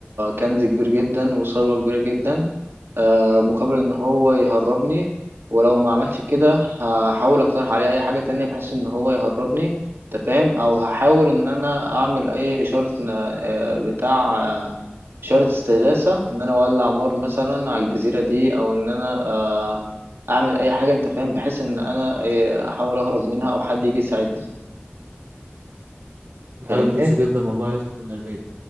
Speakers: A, on the right (about 65°); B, on the right (about 80°).
A: كنز كبير جدا وثروة كبيرة جدا آه، مقابل ان هو يهربني ولو ما عملش كده هحاول اقترح عليه اي حاجة تانية بحيث ان هو يهربني انت فاهم او هحاول ان انا اعمل اي اشارة آه، بتاع آه، اشارة استغاثة ان انا اولع نار مثلا على الجزيرة دي او ان انا آه، اعمل اي حاجة انت فاهم بحيث ان انا آه، احاول اهرب منها او حد يجي يساعدني
B: دي حاجة
A: فاهمني
B: كويسة جدا والله يا اسطى يعني